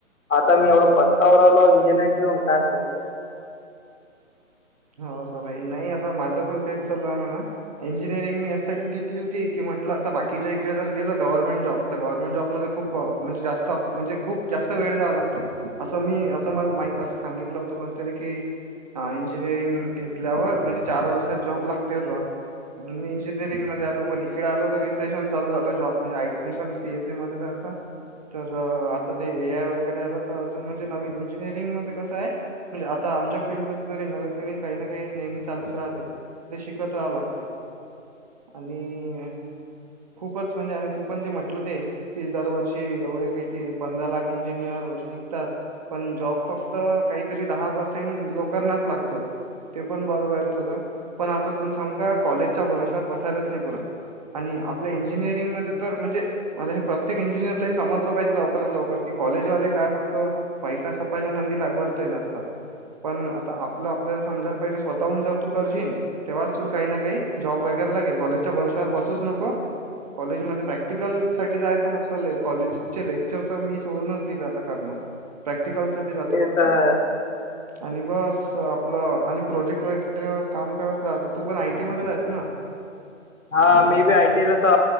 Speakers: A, on the left; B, on the right.
A: आता मी एवढं पस्तावू राहिलो इंजिनिअरिंग घेऊन काय सांगू तुला.
B: हो का भाई? नाही आता माझं पण तेच चालू आहे म्हणा. इंजिनिअरिंग मी यासाठीच घेतली होती, की म्हटलं आता बाकीच्या इकडे जर गेलं गव्हर्नमेंट जॉब तर गव्हर्नमेंट जॉबमध्ये खूप म्हणजे जास्त म्हणजे खूप जास्त वेळ द्यावा लागतो असं मी असं मला माहित तसं सांगितलं होतं कोणतरी की, अं इ इंजीनियरिंग घेतल्यावर म्हणजे चार वर्षात जॉब लागतेच बा. म्हणून मी इंजिनिअरिंगमध्ये आलो, पण इकडे आलो तर रिसेशनचालू झालं जॉबमध्ये आयटी पण सीएसईमध्ये आहे आता. तर आता ते ए आय वगैरे आला, तर अजून म्हणजे नवीन इंजिनिअरिंगमध्ये कसं आहे म्हणजे आता आमच्या फील्डमध्ये री नवीन नवीन काही ना काही नेहमी चालूच राहते. ते शिकत राहावं लागते. आणि खूपच म्हणजे आणि तू पण जे म्हटलं ते कि दरवर्षी एवढे काही ते पंधरा लाख इंजिनियर निघतात. पण जॉब फक्त काहीतरी दहा पर्सेंट लोकांनाच लागतो. ते पण बरोबर आहे तुझं. पण आता तुला सांग काय, कॉलेजच्या भरोशावर बसायलाच नाही पुरत. आणि आपल्या इंजिनिअरिंगमध्ये तर म्हणजे म आता हे प्रत्येक इंजिनियरला हे समजलं पाहिजे लवकरात लवकर की कॉलेजवाले काय फक्त पैसा छापाच्या नांदी ला बसलेले असतात पण तर आपलं आपल्याला समजायला पाहिजे स्वतःहून जर तू करशीन तेव्हाच तूल काही ना काही जॉब वगैरे लागेल कॉलेजच्या वर्षावर बसूच नको. कॉलेजमध्ये प्रॅक्टिकल साठी जायचं फक्त ले कॉलेजचे लेक्चर तर मी सोडूनच दिले आता करणं. प्रॅक्टिकल साठी जातो
A: ते
B: फक्त
A: तर
B: आणि बस स आपलं आणि प्रोजेक्ट वगैरेवर काम करत राहायचा तू पण आय टी मध्येच आहेस ना.
A: हा
B: आणि
A: मी
B: आता
A: बी आय टी ला सा